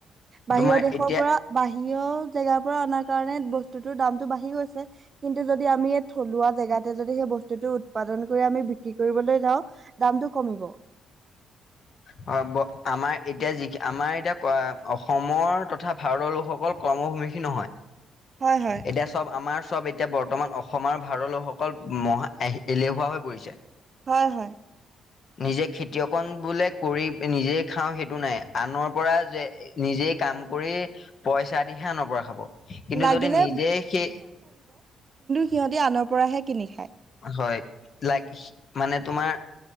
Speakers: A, on the right (about 35°); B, on the left (about 50°).
A: বাহিৰ
B: তোমাৰ
A: দেশৰ
B: এতিয়া
A: পৰা বাহিৰ জেগাৰ পৰা অনাৰ কাৰণে বস্তুতৰ দামতটো বাঢ়ি গৈছে কিন্তু যদি আমি এই থলুৱা জেগাতে যদি সেই বস্তুতটো উৎপাদন কৰি আমি বিক্ৰী কৰিবলৈ যাওঁ দামটো কমিব
B: হয় আমাৰ এতিয়া যি আমাৰ এতিয়া ক অসমৰ তথা ভাৰতৰ লোকসকল কৰ্মভূমিখিন নহয়
A: হয় হয়।
B: এতিয়া চব আমাৰ চব এতিয়া বৰ্তমান অসম আৰু ভাৰৰ লোকসকল মহা এলেহুৱা হৈ পৰিছে
A: হয় হয়
B: নিজে খেতিয়কন বোলে কৰি নিজেই খাওঁ সেইটো নাই আনৰ পৰা যে নিজেই কাম কৰি পইচা দিহে আনৰবৰা খাব কিন্তু
A: লাগিলে
B: যদি নিজেই সেই
A: সিহঁতে আনৰ পৰাহে কিনি খায়।
B: হয় লাগ মানে তোমাৰ